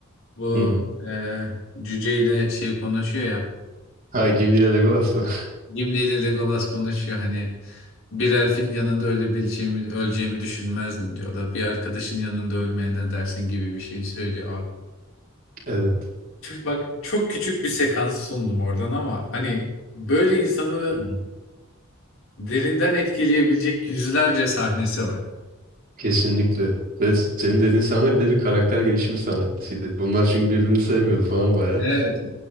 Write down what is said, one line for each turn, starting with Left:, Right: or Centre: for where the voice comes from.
Left: Bu
Right: Hı hı.
Left: e, cüceyle şey konuşuyor ya.
Right: Ha Gimli ile Legolas mı? <laughs>
Left: Gimli ile Legolas konuşuyor hani bir elfin yanında ölebileceğimi öleceğimi düşünmezdin diyor da bir arkadaşın yanında ölmeye ne dersin gibi bir şey söylüyor. Abi,
Right: Evet.
Left: bak çok küçük bir sekans sundum oradan ama hani böyle insanı
Right: Hı hı.
Left: derinden etkileyebilecek yüzlerce sahnesi var.
Right: Kesinlikle. Ve senin dediğin sahne bir de bir karakter gelişimi sahnesiydi. Bunlar çünkü birbirini sevmiyordu falan bayağı.
Left: Evet.